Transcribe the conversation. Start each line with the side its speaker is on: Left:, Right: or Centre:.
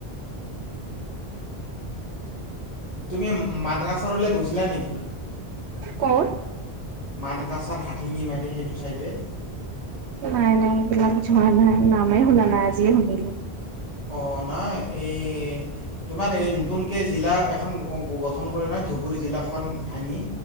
Left: তুমি মানকাচৰলৈ গৈছিলা নেকি?
Right: কত?
Left: মানকাচাৰ হাঠিঙি মাৰি সেইটো চাইডে।
Right: নাই নাই এইবিলাক যোৱা নাই, নামেই শুনা নাই আজিয়ে শুনিলো।
Left: অ' নাই এই তোমাৰ এই নতুনকে জিলা এখন গ গঠন কৰে নহয় ধুবুৰী জিলাখন ভাঙি